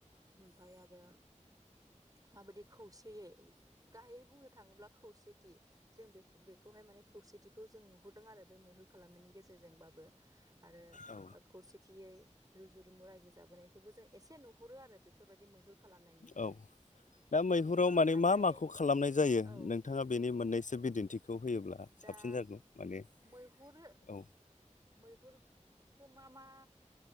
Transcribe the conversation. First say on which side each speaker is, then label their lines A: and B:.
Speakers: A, on the right (about 30°); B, on the left (about 80°).
A: ओमफाय आरो माबायदि खौसेयै गाहायै बुंनो थाङोब्ला खौसेथि जों बे बेखौहाय माने खौसेथिखौ जों नुहुरदों आरो बे मैहुर खालामनायनि गेजेरजोंबाबो आरो
B: औ
A: खौसेथियै रुजु रुमु रायजो जाबोनायखौबो जों एसे नुहुरो आरो बेफोरबायदि मैहुर खालामनायनिफ्राय
B: औ दा मैहुराव माने
A: नाथाय
B: मा माखौ खालामनाय जायो
A: औ
B: नोंथाङा बेनि मोननैसो बिदिन बेखौ होयोब्ला
A: दा
B: साबसिन जागौ माने
A: मैहुर
B: औ
A: मैहुरखौ मा मा